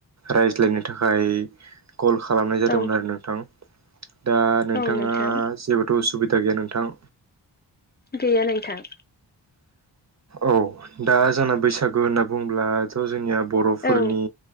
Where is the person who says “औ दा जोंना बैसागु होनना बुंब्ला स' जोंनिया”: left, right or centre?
Right